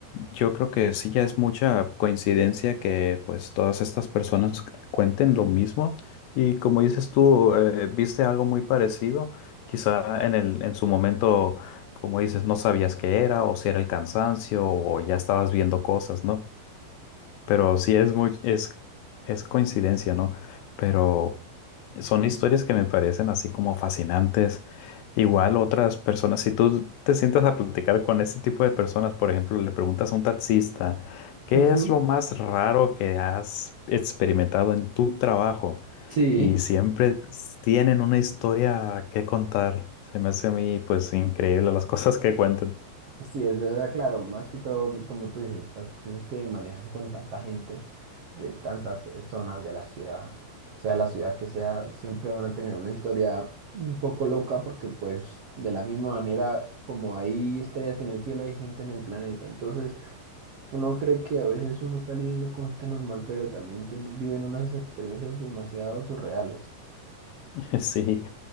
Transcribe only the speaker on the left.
yo creo que sí ya es mucha coincidencia que pues todas estas personas c- cuenten lo mismo y como dices tú, eh, viste algo muy parecido, quizá en el, en su momento, como dices, no sabías qué era o si era el cansancio o ya estabas viendo cosas, ¿no? Pero sí es muy, es, es coincidencia, ¿no? Pero son historias que me parecen así como fascinantes. Igual otras personas, si tú te sientas a platicar con este tipo de personas, por ejemplo, le preguntas a un taxista, ¿qué
es lo más raro que has experimentado en tu trabajo?
Y siempre tienen una historia que contar. Se me hace a mí, pues, increíble las <laughs> cosas que cuentan.
<laughs> Sí.